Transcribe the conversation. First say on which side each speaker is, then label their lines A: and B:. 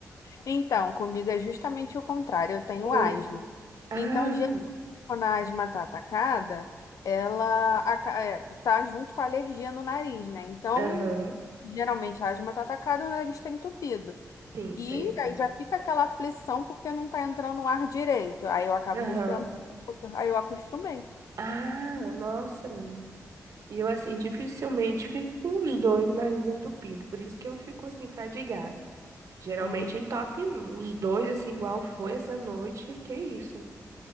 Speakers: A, on the left; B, on the right.
A: Então, comigo é justamente o contrário, eu tenho
B: Ah,
A: asma.
B: ah,
A: Então, geralmente, quando a asma tá atacada, ela aca- é, tá junto com a alergia no nariz, né? Então,
B: aham,
A: geralmente a asma tá atacada, o nariz tá entupido.
B: sim,
A: E
B: sei.
A: aí
B: Como-
A: já fica aquela aflição porque não tá entrando o ar direito. Aí eu acabo
B: é. Aham.
A: respirando, pouco, aí eu acostumei.
B: Ah, nossa, menina. E eu, assim, dificilmente fico com os dois nariz entupido, por isso que eu fico, assim, fadigada. Geralmente
A: Hum.
B: em top um os dois, assim, igual foi essa noite, que isso.